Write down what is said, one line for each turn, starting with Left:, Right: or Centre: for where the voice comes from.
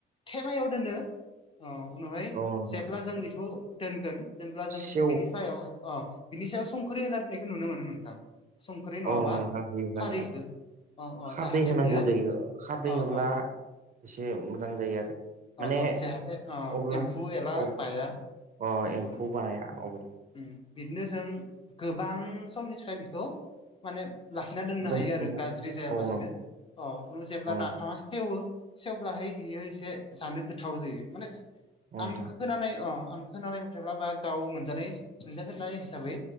Left: थेमायाव दोनो अ उनावहाय
Right: औ नोंथां
Left: जेब्ला जों बेखौ दोनगोन जेनबा जों
Right: सेव
Left: बिनि सायावहाय अ बिनि सायाव संख्रि होनना दोननायखौ नुनो मोनो नोंथां। संख्रि नङाबा
Right: अ नोंथां होयो होनाया।
Left: खारैखौ अ अ
Right: खारदै
Left: जाहाथे
Right: होनांगौ
Left: बियो
Right: जायो खारदै
Left: अ
Right: होब्ला
Left: अ
Right: एसे मोजां जायो आरो।
Left: अ
Right: माने
Left: अ जाहाथे अ
Right: अब्ला
Left: एम्फौ एला
Right: औ
Left: बाया
Right: अ
Left: नंगौ
Right: एम्फौ
Left: नोंथां
Right: बाया अब्ला।
Left: उम बिदिनो जों गोबां समनि थाखाय बिखौ माने लाखिना दोननो
Right: दोनथुमना
Left: हायो आरो गाज्रि जायाबासिनो
Right: औ नों
Left: अ उनाल जेब्ला
Right: औ
Left: नाफामा सेेवो सेवब्लाहाय इयो एसे जानो गोथाव जायो माने
Right: नोंथां
Left: आं खोनानाय अ आं खोनानाय मथेब्ला बा गाव मोनजानाय मोनजाफेरनाय हिसाबै